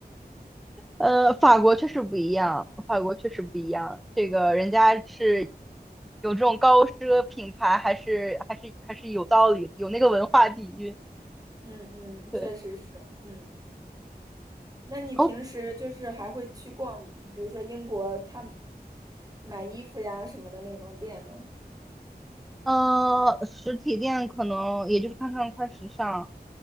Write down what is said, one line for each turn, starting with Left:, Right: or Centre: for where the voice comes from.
Centre: 呃，法国确实不一样，法国确实不一样。这个人家是有这种高奢品牌，还是还是还是有道理的，有那个文化底蕴。
Right: 嗯嗯，
Centre: 对，
Right: 确实是，嗯。那你平时就是还会去逛，
Centre: 哦，
Right: 比如说英国，他们买衣服呀什么的那种店呢？
Centre: 呃，实体店可能也就是看看快时尚，